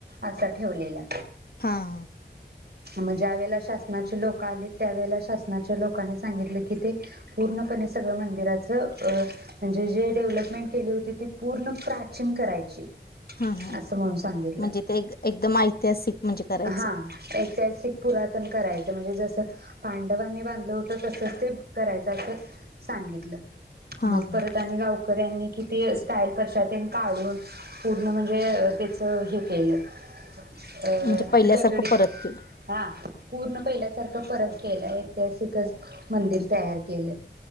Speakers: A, on the right; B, on the left.
A: असा ठेवलेला
B: हा हा
A: म ज्या वेळेला शासनाची लोकं आलीत त्यावेळेला शासनाच्या लोकांनी सांगितलं की ते पूर्णपणे सगळं मंदिरात ज म्हणजे जे डेव्हलपमेंट केली होती ती पूर्ण प्राचीन करायची
B: हा हा
A: अस म्हणून सांगितलं
B: म्हणजे ते एक- एकदम ऐतिहासिक म्हणजे करायचं.
A: हा ऐतिहासिक पुरातन करायचं म्हणजे जस जे पांडवांनी बांधलं होत तसच ते करायचं असं सांगितलं
B: हा
A: मग
B: हा
A: परत आणि गावकऱ्यांनी ती स्टाईल परशातेन काढून पूर्ण म्हणजे तेचं हे केलं. अ
B: म्हणजे पहिल्यासारखं
A: दगडी
B: परत केलं.
A: हा पूर्ण पहिल्यासारखं परत केलंय ऐतिहासिकच मंदिर तयार केलं.